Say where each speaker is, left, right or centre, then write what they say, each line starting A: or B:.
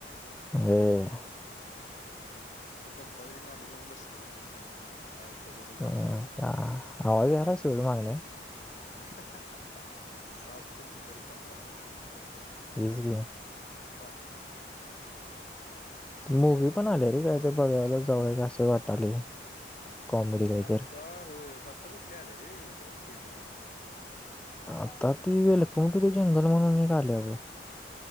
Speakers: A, in the centre; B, on the left.
A: व्हय
B: ते पप्पातेन गाणी लावून बसलेलीत निवांत ऐकत होतो गाणी
A: हम आवाज यालाय सोड मागणं
B: अ सात समुंदर पार लागलंय
A: तेच की
B: पाणी
A: मूव्ही पण आल्या रे काय तर बघायला जाऊया काय असं वाटालय कॉमेडी काय
B: आत्ता
A: तर
B: होय आत्ता कुठली आल्या रे हेच्यायावर थिएटरवर
A: आत्ता ती वेलकम टू द जंगल म्हणून एक आल्या बघ